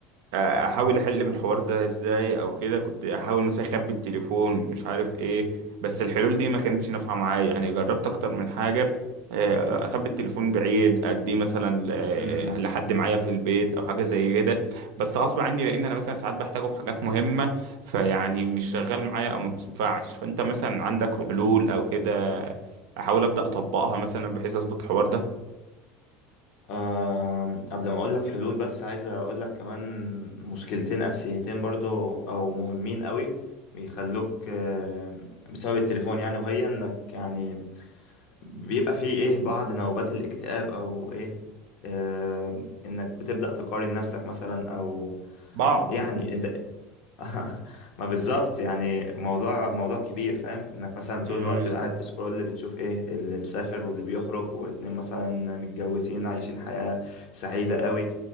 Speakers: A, on the right; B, on the left.
A: آه، احاول احل من الحوار ده ازاي او كده كنت احاول مثلا اخبي التليفون مش عارف ايه بس الحلول دي ما كانتش نافعه معايا يعني جربت اكتر من حاجه آه، اخبي التليفون بعيد اديه مثلا آه،
B: م- م.
A: لحد معايا في البيت او حاجه زي كده بس غصب عني لان انا مثلا ساعات بحتاجه في حاجات مهمه فيعني مش شغال معايا او ما بتنفعش فانت مثلا عندك حلول او كده احاول ابدا اطبقها مثلا بحيث اظبط الحوار ده
B: آه قبل ما اقول لك حلول بس عايز اقول لك كمان مشكلتين اساسيتين برضو او مهمين قوي بيخلوك آه بسبب التليفون يعني وهي انك يعني بيبقى فيه ايه بعض نوبات الاكتئاب او ايه آه انك بتبدأ تقارن نفسك مثلا او
A: بعض
B: يعني انت <laughs> ما بالظبط يعني موضوع موضوع كبير فاهم انك مثلا طول
A: امم
B: الوقت قاعد تسكرول بتشوف ايه اللي مسافر واللي بيخرج واتنين مثلا متجوزين عايشين حياة سعيدة قوي